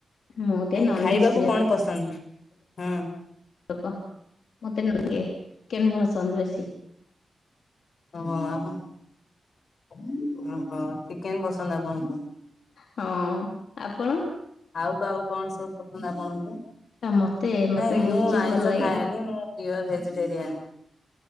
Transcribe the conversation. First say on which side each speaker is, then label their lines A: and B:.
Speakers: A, on the left; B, on the left.
A: ମୁଁ ଟିକେ
B: ନାଇଁ
A: ନନଭେଜ
B: ଖାଇବାକୁ
A: ପ୍ରିୟ
B: କଣ ପସନ୍ଦ? ହଁ,
A: <inaudible> ବେଶୀ
B: ହଁ, ଓ ହୋ ଠିକ, କେନ୍ ପସନ୍ଦ ଆପଣଙ୍କୁ।
A: ହଁ ଆପଣ
B: ଆଉ ଆଉ କଣ ସବୁ ପସନ୍ଦ ଆପଣଙ୍କୁ?
A: ମତେ ମତେ
B: ନାଇଁ ମୁଁ
A: ଗୁପଚୁପ
B: ଆଇଁଷ
A: ଭଲ ଲାଗେ
B: ଖାଏନି, ମୁଁ ପିଓର ଭେଜିଟେରିଆନ